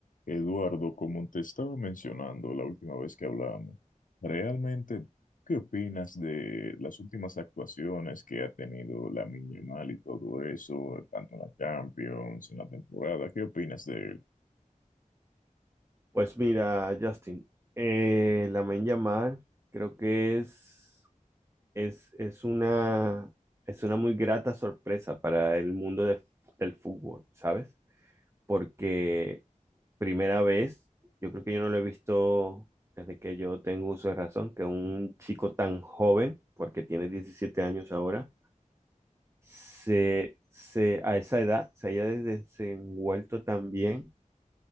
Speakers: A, on the left; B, on the right.
A: Eduardo, como te estaba mencionando la última vez que hablamos, realmente, ¿qué opinas de las últimas actuaciones que ha tenido la Yamal y todo eso, tanto en la Champions, en la temporada? ¿Qué opinas de él?
B: Pues mira, Justin, eh, Lamine llamada creo que es, es, es una, es una muy grata sorpresa para el mundo de- del fútbol, ¿sabes? Porque primera vez, yo creo que yo no lo he visto desde que yo tengo uso de razón, que un chico tan joven, porque tiene 17 años ahora, se, se, a esa edad se haya desenvuelto tan bien